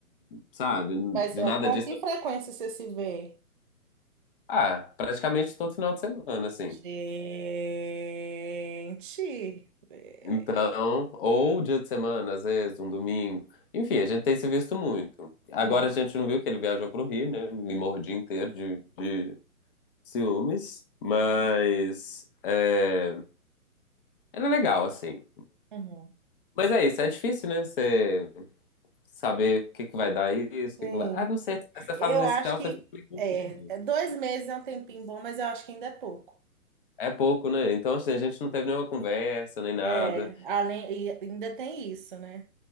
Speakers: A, on the left; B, on the right.
A: sabe?
B: Mas
A: De
B: é,
A: nada
B: com
A: disso.
B: que frequência você se vê?
A: Ah, praticamente todo final de semana, assim.
B: Gente. É.
A: Então, ou dia de semana, às vezes, um domingo. Enfim, a gente tem se visto muito. Agora
B: Hum.
A: a gente não viu que ele viajou pro Rio, né? Me mordi inteiro de, de ciúmes. Mas é, ele é legal, assim.
B: Uhum.
A: Mas é isso, é difícil, né? Você saber o que que vai dar isso, o
B: Sim,
A: que que não vai. Ah, não sei. Essa fase
B: eu
A: inicial
B: acho que
A: você fica meio
B: é,
A: confuso.
B: é, dois meses é um tempinho bom, mas eu acho que ainda é pouco.
A: É pouco, né? Então, assim, a gente não teve nenhuma conversa, nem nada.
B: É, além, e ainda tem isso, né?